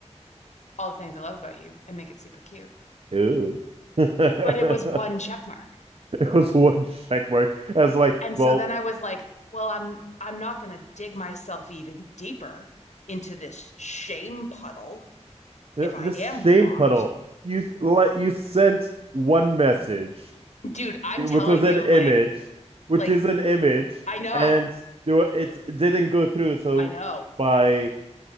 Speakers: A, on the left; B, on the right.
A: all the things I love about you and make it super cute.
B: ooh. <laughs> it
A: But it was one check mark.
B: was one check mark. I was like,
A: And
B: well,
A: so then I was like, well, I'm I'm not going to dig myself even deeper into this shame puddle
B: this
A: if I am
B: shame
A: blocked.
B: puddle. You like you sent one message,
A: Dude, I'm
B: which
A: telling
B: was
A: you
B: an image,
A: like
B: which
A: like
B: is an image,
A: I know.
B: and there were, it didn't go through. So
A: I know.
B: by